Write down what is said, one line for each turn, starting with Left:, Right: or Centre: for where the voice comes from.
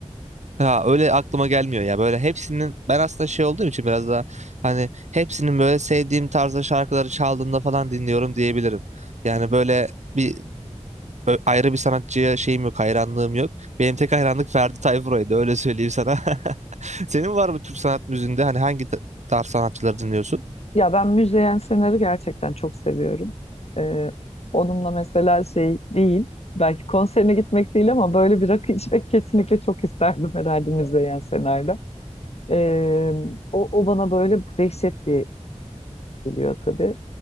Right: Ha öyle aklıma gelmiyor ya. Böyle hepsinin ben aslında şey olduğum için biraz daha hani hepsinin böyle sevdiğim tarzda şarkıları çaldığında falan dinliyorum diyebilirim. Yani böyle bir ö- ayrı bir sanatçıya şeyim yok, hayranlığım yok. Benim tek hayranlık Ferdi Tayfur'uydu öyle söyleyeyim sana. <laughs> Senin var mı Türk sanat müziğinde hani hangi ta- tarz sanatçıları dinliyorsun?
Left: Ya ben Müzeyyen Senar'ı gerçekten çok seviyorum. Ee, onunla mesela şey değil, belki konserine gitmek değil ama böyle bir rakı içmek kesinlikle çok isterdim herhalde Müzeyyen Senar'da. Ee, o, o bana böyle dehşet bir geliyor tabii.